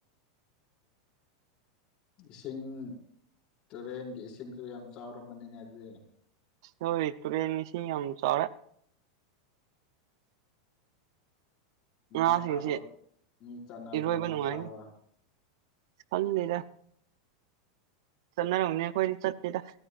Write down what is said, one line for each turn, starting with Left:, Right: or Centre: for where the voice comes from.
Left: ꯏꯁꯤꯡ ꯇꯨꯔꯦꯜ ꯒꯤ ꯏꯁꯤꯡꯁꯨ ꯌꯥꯝ ꯆꯥꯎꯔꯝꯃꯅꯤꯅꯦ ꯑꯗꯨꯗꯤ
Right: ꯍꯣꯏ ꯇꯨꯔꯦꯜ ꯏꯁꯤꯡ ꯌꯥꯝ ꯆꯥꯎꯔꯦ
Left: ꯉꯥ
Right: ꯉꯥꯁꯤꯡꯁꯤ
Left: ꯐꯥꯕ ꯃꯤ ꯆꯥꯟꯅꯕ꯭ꯔꯣ
Right: ꯏꯔꯣꯏꯕ
Left: ꯉꯥ
Right: ꯅꯨꯡꯉꯥꯏꯅꯤ
Left: ꯐꯥꯕ
Right: ꯈꯪꯗꯦꯗ ꯆꯠꯅꯔꯝꯅꯤ ꯑꯩꯈꯣꯏꯗꯤ ꯆꯠꯇꯦꯗ